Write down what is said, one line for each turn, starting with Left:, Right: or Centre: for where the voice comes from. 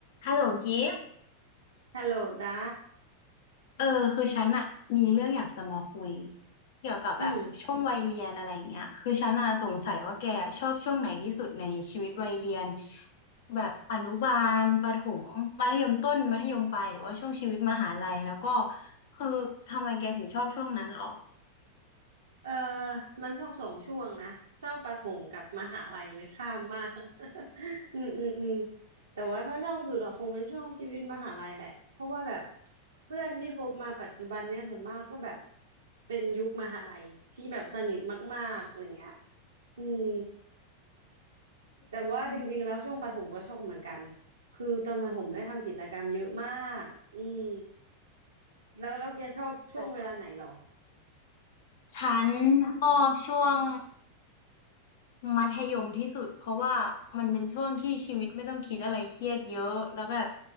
Left: ฮัลโหลกิฟต์
Right: ฮัลโหลจ้า
Left: เออคือฉันอะมีเรื่องอยากจะมาคุยเกี่ยวกับแบบช่วงวัยเรียนอะไรเงี้ยคือฉันอะสงสัยว่าแกชอบช่วงไหนที่สุดในชีวิตวัยเรียน
Right: อืม
Left: แบบอนุบาลประถมมัธยมต้นมัธยมปลายหรือว่าช่วงชีวิตมหาลัยแล้วก็คือทำไมแกถึงชอบช่วงนั้นหรอ
Right: เออมันชอบสองช่วงนะชอบประถมกับมหาลัยเลยข้ามมาก <laughs> อืมอืมอืมแต่ว่าถ้าชอบสุดอะคงเป็นช่วงชีวิตมหาลัยแหละเพราะว่าแบบเพื่อนที่คบมาปัจจุบันเนี่ยส่วนมากก็แบบเป็นยุคมหาลัยที่แบบสนิทมากๆอะไรเงี้ยอืมแต่ว่าจริงๆแล้วช่วงประถมก็ชอบเหมือนกัน
Left: อืม
Right: คือตอนประถมได้ทำกิจกรรมเยอะมากอืมแล้วแล้วแกชอบช่วงเวลาไหนเหรอ
Left: แต่ฉันชอบช่วงมัธยมที่สุดเพราะว่ามันเป็นช่วงที่ชีวิตไม่ต้องคิดอะไรเครียดเยอะแล้วแบบ